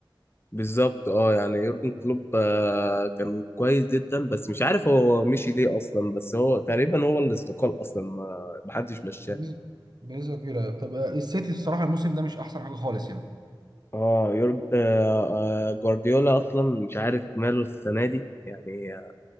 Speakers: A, on the left; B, on the right.
A: بالظبط اه يعني يورجن كلوب آه، كان كويس جدا بس مش عارف هو مشي ليه اصلا بس هو تقريبا هو اللي استقال اصلا ما ما حدش مشاه
B: بنسبة بنسبة كبيرة ايوه طب آه، السيتي الصراحة الموسم ده مش احسن حاجة خالص يعني
A: اه يورج آه آه جوارديولا اصلا مش عارف ماله السنه دي يعني آه،